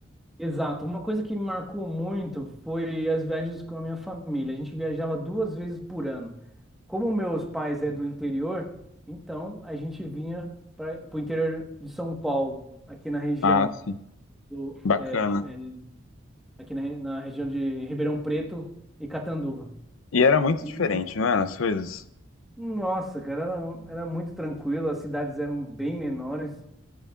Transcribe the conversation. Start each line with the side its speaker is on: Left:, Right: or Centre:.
Centre: Exato. Uma coisa que me marcou muito foi as viagens com a minha família. A gente viajava duas vezes por ano. Como meus pais é do interior, então a gente vinha para o interior de São Paulo, aqui na região
Left: Ah, sim.
Centre: do
Left: Bacana.
Centre: é, é, aqui na, re- na região de Ribeirão Preto e Catanduva.
Left: E era muito
Centre: E
Left: diferente, não era? As coisas?
Centre: nossa, cara, era, era muito tranquilo. As cidades eram bem menores